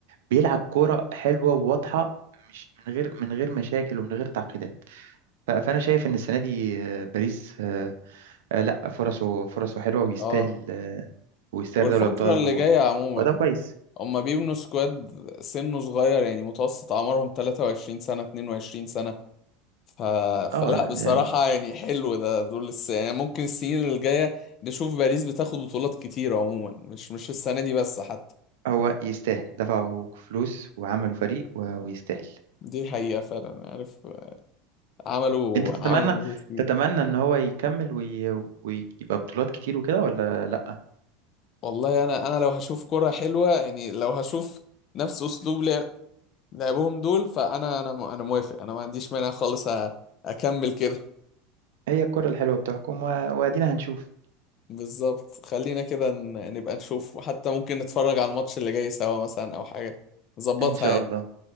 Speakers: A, on the right; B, on the left.
A: بيلعب كورة حلوة وواضحة مش من غير من غير مشاكل ومن غير تعقيدات ف- فأنا شايف إن السنة دي آه، باريس آه، آه، لا فرصه فرصه حلوة ويستاهل
B: اه
A: آه، ويستاهل
B: والفترة
A: دوري الأبطال
B: اللي
A: و-
B: جاية عموما
A: وده كويس
B: هما بيبنوا سكواد سنه صغير يعني متوسط أعمارهم 23 سنة 22 سنة ف...
A: اه
B: فلا
A: لا
B: بصراحة
A: يعني
B: يعني حلو ده دول لسه يعني ممكن السنين اللي جاية نشوف باريس بتاخد بطولات كتير عموما مش مش السنة دي بس حتى
A: هو يستاهل دفعوا فلوس وعملوا فريق و- ويستاهل
B: دي حقيقة فعلا عارف عملوا
A: أنت تتمنى
B: عملوا مجهود كبير
A: تتمنى إن هو يكمل وي- ويبقى بطولات كتير وكده ولا لا
B: والله أنا أنا لو هشوف كرة حلوة يعني لو هشوف نفس أسلوب لعب لعبهم دول فانا انا م- انا موافق انا ما عنديش مانع خالص أ- اكمل كده
A: هي الكرة الحلوة بتحكم و- وأدينا هنشوف
B: بالظبط خلينا كده ن- نبقى نشوف وحتى ممكن نتفرج على الماتش اللي جاي سوا مثلا او حاجة نظبطها
A: إن شاء
B: يعني
A: الله